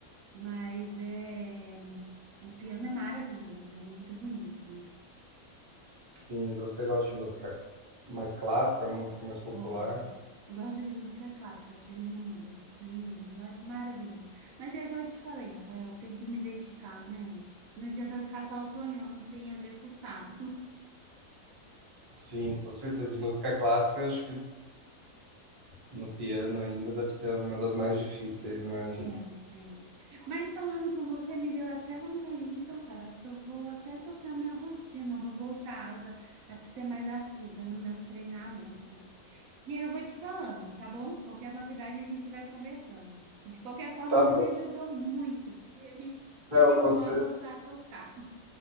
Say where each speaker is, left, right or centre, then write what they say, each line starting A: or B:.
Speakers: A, on the right (about 75°); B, on the right (about 20°).
A: Mas é, o piano é maravilhoso, é muito bonito.
B: Sim, você gosta de música mais clássica, música mais popular?
A: Gosto. Gosto de música clássica, acho lindos, lindos, eu acho maravilhoso. Mas é igual eu te falei, Rafael, tem que me dedicar, né? Não adianta ficar só sonhando sem executar.
B: Sim, com certeza. E música clássica, acho que no piano ainda deve ser uma das mais difíceis, né?
A: É,
B: de-
A: é. Mas falando com você, me deu até vontade de tocar. Eu acho que eu vou até tocar minha rotina, vou voltar a, a ser mais assídua nos meus treinamentos. E aí eu vou te falando, tá bom? Qualquer novidade a gente vai conversando. De qualquer forma,
B: Tá
A: você
B: bom.
A: me ajudou muito, porque me,
B: Léo,
A: me animou
B: você,
A: a voltar a tocar.